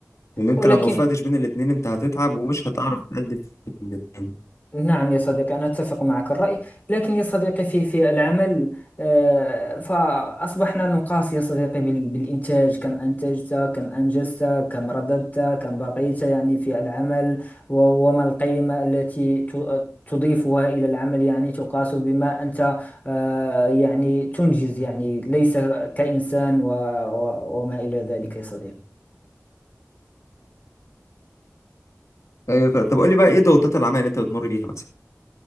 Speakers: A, on the left; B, on the left.
A: لأن أنت
B: ولكن
A: لو موفقتش بين الاتنين أنت هتتعب ومش هتعرف تأدي في الاتنين
B: نعم يا صديقي أنا أتفق معك الرأي لكن يا صديقي في في العمل آه، فأصبحنا نقاس يا صديقي بال- بالإنتاج كم أنتجت كم أنجزت كم رددت كم بقيت يعني في العمل و- وما القيمة التي ت- تضيفها إلى العمل يعني تقاس بما أنت آه، يعني تنجز يعني ليس كإنسان و- و- وما إلى ذلك يا صديقي
A: أيوة، ف- طب قولي بقى إيه ضغوطات العمل اللي أنت بتمر بيها مثلا؟